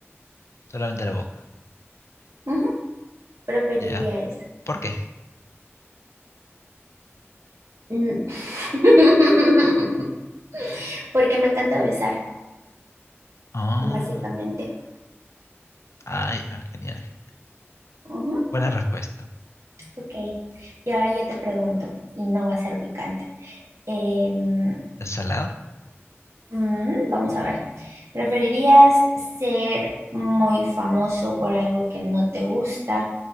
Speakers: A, on the left; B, on the right.
A: Solamente la boca.
B: ujú, Preferiría
A: ¿Ya?
B: eso.
A: ¿Por qué?
B: Mm. <laughs> Porque me encanta besar,
A: Ah,
B: básicamente.
A: ah, ya, genial, genial.
B: Ujú,
A: Buena respuesta.
B: Ok, y ahora yo te pregunto, y no va a ser picante. Em,
A: ¿Es salado?
B: Mm, vamos a ver. ¿Preferirías ser muy famoso por algo que no te gusta